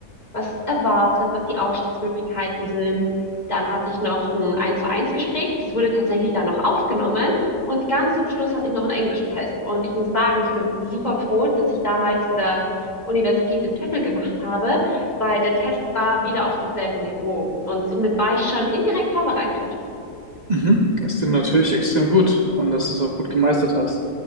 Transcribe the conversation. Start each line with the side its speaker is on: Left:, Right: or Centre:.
Left: was erwartet, was die Ausstiegsmöglichkeiten sind. Dann hatte ich noch ein 1 zu eins Gespräch, das wurde tatsächlich dann noch aufgenommen. Und ganz zum Schluss hatte ich noch einen Englischtest. Und ich muss sagen, ich bin super froh, dass ich damals in der Universität den TOEFL gemacht habe, weil der Test war wieder auf demselben Niveau. Und somit war ich schon indirekt vorbereitet.
Right: Mhm. Das klingt natürlich extrem gut und dass du es auch gut gemeistert hast.